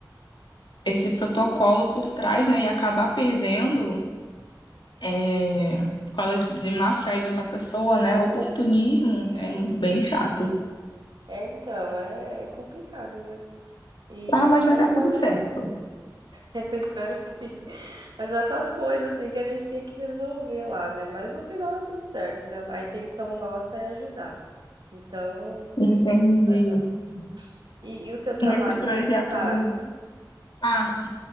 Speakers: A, on the left; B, on the right.
A: esse protocolo por trás, né, e acabar perdendo é, por causa de má fé de outra pessoa, né? Oportunismo
B: Isso.
A: é bem chato.
B: É, então, é, é complicado, né? E
A: Ah, mas
B: mas
A: vai dar tudo
B: vai dar,
A: certo.
B: <laughs> eu espero, mas essas coisas assim que a gente tem que resolver lá, né? Mas no final dá tudo certo, né? A intenção nossa é ajudar. Então,
A: Entendi.
B: acredito que vai dar E e o seu trabalho,
A: E esse projeto,
B: como que tá?
A: ele... Ah,